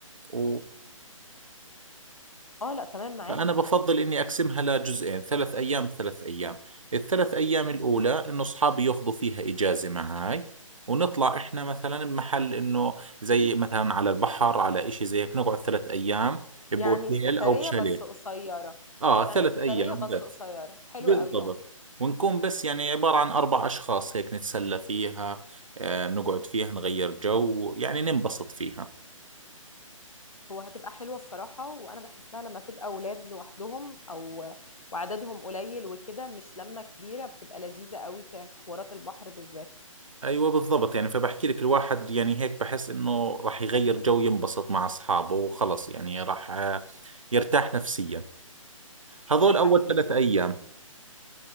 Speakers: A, on the right; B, on the left.
A: وتمام
B: اه لا تمام معاك
A: فأنا بفضل إني أقسمها لجزئين ثلاث أيام ثلاث أيام الثلاث أيام الأولى إنه أصحابي ياخذوا فيها إجازة معاي ونطلع إحنا مثلا بمحل إنه زي مثلا على البحر على إشي زي هيك نقعد ثلاث أيام بأوتيل
B: يعني سفرية
A: أو بشاليه
B: بس قصيرة
A: آه
B: يعني
A: ثلاث
B: سفرية
A: أيام
B: بس
A: بس
B: قصيرة حلوة
A: بالضبط
B: قوي اه
A: ونكون بس يعني عبارة عن أربع أشخاص هيك نتسلى فيها آه نقعد فيها نغير جو يعني ننبسط فيها
B: هو هتبقى حلوة الصراحة وانا بحسها لما تبقى اولاد لوحدهم او وعددهم قليل وكده مش لما كبيرة بتبقى لذيذة قوي في في حوارات البحر بالذات
A: ايوه بالضبط يعني فبحكي لك الواحد يعني هيك بحس انه راح يغير جو ينبسط مع اصحابه وخلص يعني راح آه، يرتاح نفسيا هذول
B: ده حقيقي
A: اول ثلاث
B: فعلا
A: ايام